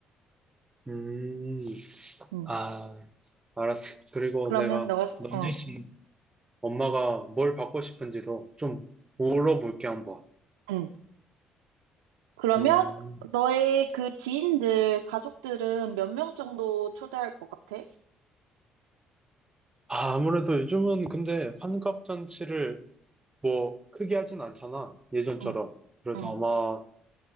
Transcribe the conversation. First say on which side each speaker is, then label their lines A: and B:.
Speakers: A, on the right (about 15°); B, on the right (about 75°).
A: 음,
B: 응.
A: 아. 알았어. 그리고
B: 그러면
A: 내가
B: 너가, 소-
A: 남진
B: 어,
A: 씨 엄마가 뭘 받고 싶은지도 좀 물어볼게 한번.
B: 응. 그러면
A: 음,
B: 너의 그 지인들, 가족들은 몇 명 정도 초대할 것 같아?
A: 아, 아무래도 요즘은 근데 환갑 잔치를 뭐 크게 하진 않잖아. 예전처럼.
B: 응,
A: 그래서
B: 응.
A: 아마 어,